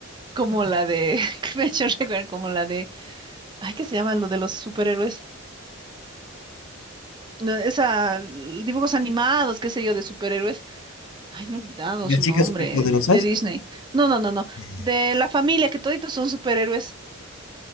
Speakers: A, on the right (about 20°); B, on the left (about 65°).
A: Como la de, <laughs> que me ha hecho recordar, como la de, ay, ¿qué se llama lo de los superhéroes? No, Esa, l- dibujos animados, qué sé yo, de superhéroes. Ay, me he olvidado
B: Las
A: su
B: chicas
A: nombre,
B: superpoderosas.
A: de Disney. No, no, no, no.
B: Ya, ya.
A: De la familia, que toditos son superhéroes.